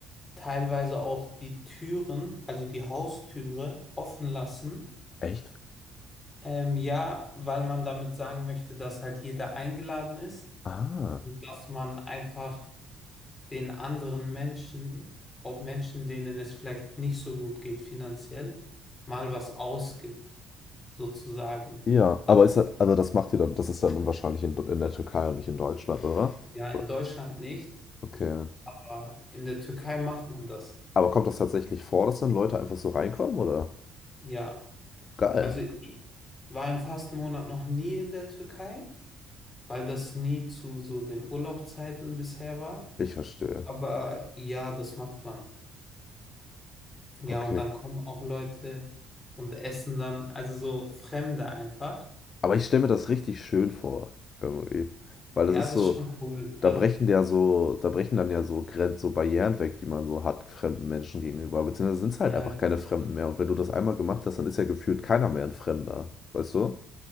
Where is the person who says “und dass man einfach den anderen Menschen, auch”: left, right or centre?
Left